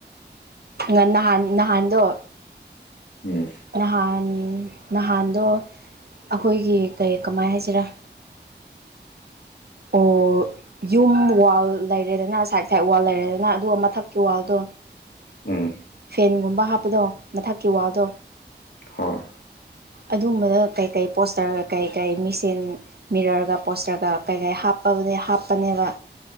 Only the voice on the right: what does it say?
ꯉ ꯅꯍꯥꯟ ꯅꯍꯥꯟꯗꯣ
ꯅꯍꯥꯟ ꯅꯍꯥꯟꯗꯣ ꯑꯩꯈꯣꯏꯒꯤ ꯀꯩ ꯀꯃꯥꯏ ꯍꯥꯏꯁꯤꯔꯥ
ꯑꯣ ꯌꯨꯝ ꯋꯥꯜ ꯂꯩꯔꯦꯗꯅ ꯁꯥꯏꯠ ꯁꯥꯏꯠ ꯋꯥꯜ ꯂꯩꯔꯦꯗꯅ ꯑꯗꯨꯒ ꯃꯊꯛꯀꯤ ꯋꯥꯜꯗꯣ
ꯇꯤꯟꯒꯨꯝꯕ ꯍꯥꯞꯄꯗꯣ ꯃꯊꯛꯀꯤ ꯋꯥꯜꯗꯣ
ꯑꯗꯨꯝꯕꯗ ꯀꯩꯀꯩ ꯄꯣꯁꯇꯔꯒ ꯀꯩꯀꯩ ꯃꯤꯁꯤꯟ ꯃꯤꯔꯔꯒ ꯄꯣꯁꯇꯔꯒ ꯀꯩꯀꯩ ꯍꯥꯞꯄꯅꯦ ꯍꯥꯞꯄꯅꯦꯕ